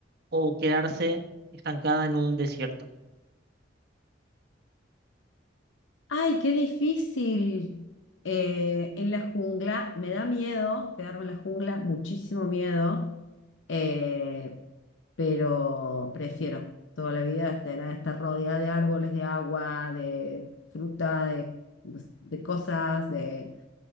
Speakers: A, on the right; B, on the left.
A: o quedarse estancada en un desierto?
B: Ay, qué difícil. Eh, en la jungla, me da miedo quedarme en la jungla, muchísimo miedo, Eh, pero prefiero toda la vida tener, estar rodeada de árboles, de agua, de fruta, de, pues, de cosas, de,